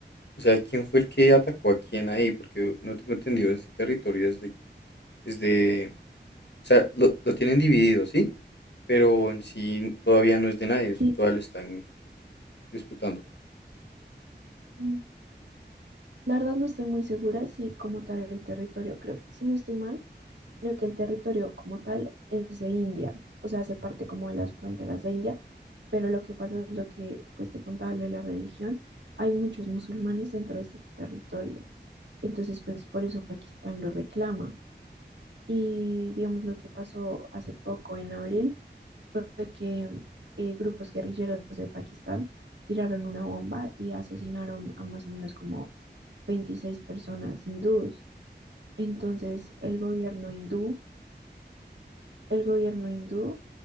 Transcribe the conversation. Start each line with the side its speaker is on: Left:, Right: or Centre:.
Left: o sea, ¿quién fue el que atacó a quién ahí? Porque no tengo entendido este territorio desde, desde O sea, lo, lo tienen dividido, ¿sí? Pero en sí todavía no es de nadie, eso
Right: Sí,
Left: todavía lo están disputando.
Right: mm, la verdad no estoy muy segura si como tal el territorio, creo que si no estoy mal, creo que el territorio como tal es de India, o sea, hace parte como de las fronteras de India, pero lo que pasa es lo que pues te contaba lo de la religión, hay muchos musulmanes dentro de este territorio, entonces pues por eso Pakistán lo reclama. Y digamos lo que pasó hace poco en abril fue que eh, grupos guerrilleros de Pakistán tiraron una bomba y asesinaron a más o menos como 26 personas hindúes. Entonces el gobierno hindú, el gobierno hindú